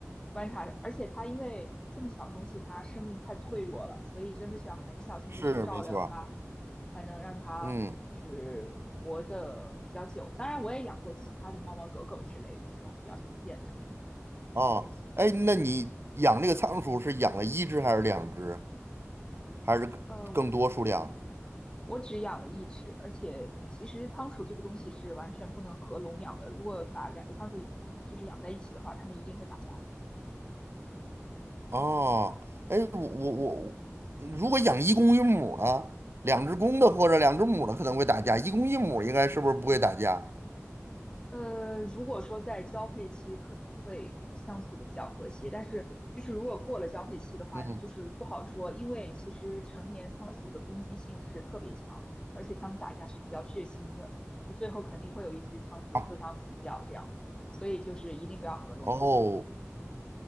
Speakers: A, on the left (about 15°); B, on the right (about 55°).
A: 观察，而且它因为。这么小东西，它生命太脆弱了，所以真的是要很小心的去照料它。
B: 是没错儿
A: 才能让它就是活得比较久。
B: 嗯，
A: 当然，我也养过其他的猫猫狗狗之类的这种比较常见的宠物。
B: 哦，哎，那你养这个仓鼠是养了一只还是两只，还是更更多数量？
A: 呃，我只养了一只，而且其实仓鼠这个东西是完全不能合笼养的。如果把两个仓鼠就是养在一起的话，它们一定会打架。
B: 哦，哎，我我我，如果养一公一母呢，两只公的或者两只母的可能会打架，一公一母应该是不是不会打架？
A: 呃，如果说在交配期可能会相处的比较和谐，但是就是如果过了交配期的话，
B: 嗯，
A: 就是不好说，因为其实成年仓鼠的攻击性是特别强，而且它们打架是比较血腥的，就是最后肯定会有一只仓鼠受伤死掉这样，
B: 啊，
A: 所以就是一定不要合笼养。
B: 哦，